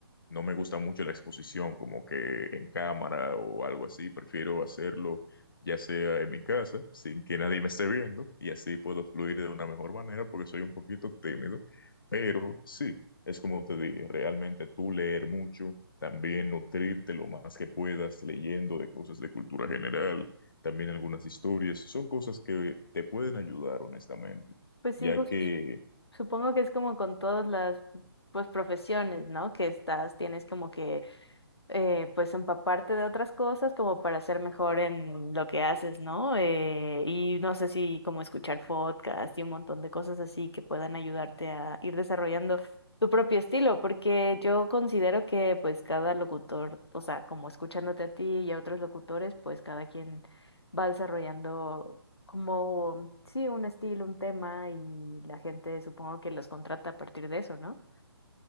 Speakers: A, on the left; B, on the left.
A: no me gusta mucho la exposición como que en cámara o algo así, prefiero hacerlo ya sea en mi casa, sin que nadie me esté viendo, y así puedo fluir de una mejor manera porque soy un poquito tímido, pero sí, es como te dije, realmente tú leer mucho, también nutrirte lo más que puedas leyendo de cosas de cultura general, también algunas historias, son cosas que te pueden ayudar honestamente,
B: Pues sí,
A: ya
B: jus-
A: que
B: supongo que es como con todas las pues profesiones, ¿no? Que estás, tienes como que eh, pues empaparte de otras cosas como para ser mejor en lo que haces, ¿no? Eh, y no sé si como escuchar podcasts y un montón de cosas así que puedan ayudarte a ir desarrollando tu propio estilo, porque yo considero que pues cada locutor, o sea, como escuchándote a ti y a otros locutores, pues cada quien va desarrollando como, sí, un estilo, un tema y la gente supongo que los contrata a partir de eso, ¿no?